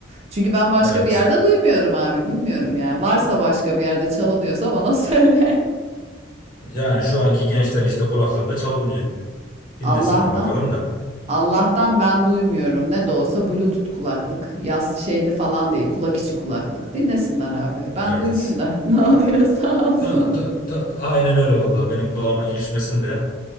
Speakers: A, on the right; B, on the left.
A: Çünkü ben başka
B: Evet.
A: bir yerde duymuyorum abi bilmiyorum yani varsa başka bir yerde çalınıyorsa bana <laughs> söyle.
B: Yani şu anki gençler işte kulaklığında çalınıyor. Dinlesinler
A: Allah'tan.
B: bakalım da.
A: Allah'tan ben duymuyorum. Ne de olsa Bluetooth kulaklık. Yaz şeyli falan değil. Kulak içi kulaklık. Dinlesinler abi. Ben
B: Evet.
A: duymayayım da <laughs> ne
B: Ha,
A: oluyorsa olsun.
B: Ta, ta, ta, aynen öyle vallahi benim kulağıma ilişmesin de